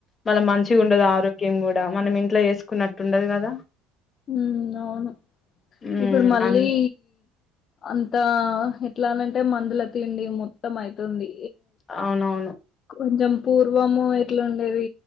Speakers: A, on the left (about 25°); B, on the left (about 45°).
A: మళ్ళ మంచిగా ఉండదు ఆరోగ్యం గూ డ మనం ఇంట్లో చేసుకున్నట్టుండదు కదా
B: మ్మ్ అవును
A: ఉమ్
B: ఇప్పుడు మళ్ళీ
A: అన్-
B: అంతా హా ఎట్లా అనంటే మందుల తిండి మొత్తం అయితుంది
A: అవునవును
B: కొంచెం పూర్వము ఎట్లా ఉండేది